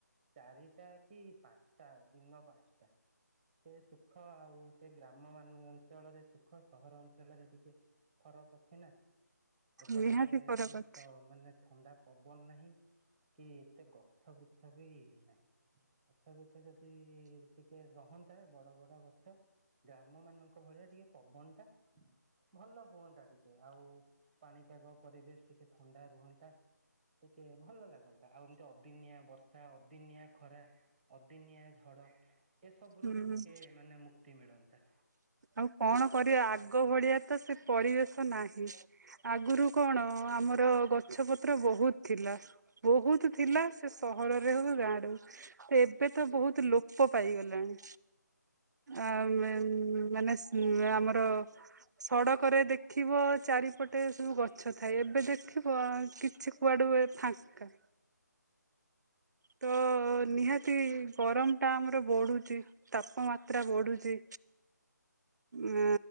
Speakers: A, in the centre; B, on the right.
A: ଚାରିଟା କି ପାଞ୍ଚଟା ଦିନ ପାଞ୍ଚଟା ସେ ସୁଖ ଆଉ ସେ ଗ୍ରାମ ମାନ ଅଞ୍ଚଳରେ ସୁଖ ସହର ଅଞ୍ଚଳରେ ଟିକେ ଫରକ ଛିନା ଏପଟେ
B: ନିହାତି ଫରକ
A: ସେ
B: ଅଛି
A: ମାନେ ଥଣ୍ଡା ପବନ ନାହିଁ କି ଏତେ ଗଛ ବୃଛ ବି ନାହିଁ ଗଛ ଗୁଛ ଯଦି ଟିକେ ରହନ୍ତା ବଡ ବଡ ଗଛ ଗ୍ରାମ ମାନଙ୍କ ଭଳିଆ ଟିକେ ପବନ ଟା ଭଲ ହୁଅନ୍ତା ଟିକେ ଆଉ ପାଣିପାଗ ପରିବେଶ ଟିକେ ଥଣ୍ଡା ରୁହନ୍ତା କି ଭଲ ଲାଗନ୍ତା ଆଉ ଏମିତି ଅଦିନିଆ ବର୍ଷା ଅଦିନିଆ ଖରା ଅଦିନିଆ ଝଡ଼ ଏସବୁ
B: ହୁଁ।
A: ରୁ ବି ଟିକେ ମାନେ ମୁକ୍ତି ମିଳନ୍ତା
B: ଆଉ କଣ କରିବା ଆଗ ଭଳିଆ ତ ସେ ପରିବେଶ ନାହିଁ ଆଗରୁ କଣ? ଆମର ଗଛ ପତ୍ର ବହୁତ ଥିଲା ବହୁତ ଥିଲା ସେ ସହରରେ ହଉ ଗାଁରେ ହଉ ଏବେ ତ ବହୁତ ଲୋପ ପାଇଗଲାଣି ଆମ ମାନେ ଆମର ସଡ଼କରେ ଦେଖିବ ଚାରିପଟେ ସବୁ ଗଛ ଥାଏ ଏବେ ଦେଖିବ ଆ କିଛି କୁଆଡେଏ ଫାଙ୍କା
A: <inaudible>
B: ତ ତ ନିହାତି ଗରମ ଟା ଆମର ବଢୁଛି ତାପମାତ୍ରା ବଢୁଛି ଉ